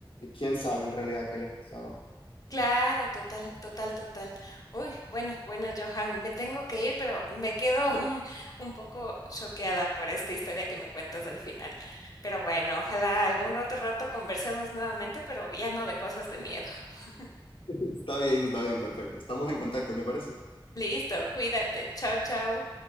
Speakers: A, on the left; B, on the left.
A: quién
B: Cla-
A: sabe en realidad qué le pasaba.
B: Claro, total, total, total. Uy, bueno, bueno, Johan, me tengo que ir, pero me quedo <laughs> un, un poco choqueada por esta historia que me cuentas al final. Pero bueno, ojalá algún rato, rato conversemos nuevamente, pero ya no de cosas de miedo. <laughs>
A: <laughs> Está bien, está bien, perfecto. Estamos en contacto, ¿te parece?
B: Listo, cuídate. Chao, chao.